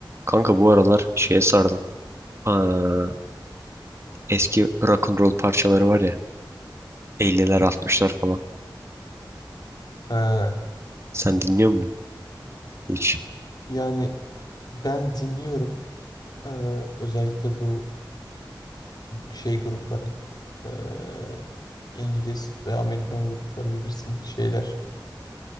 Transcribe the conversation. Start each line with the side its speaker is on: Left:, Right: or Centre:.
Right: Kanka bu aralar şeye sardım. Aa, eski rock and roll parçaları var ya. 50'ler 60'lar falan.
Left: Ha,
Right: Sen dinliyor musun? Hiç.
Left: yani ben dinliyorum. Ee, özellikle bu şey grupları. Ee, İngiliz ve Amerikan grupları bilirsin şeyler.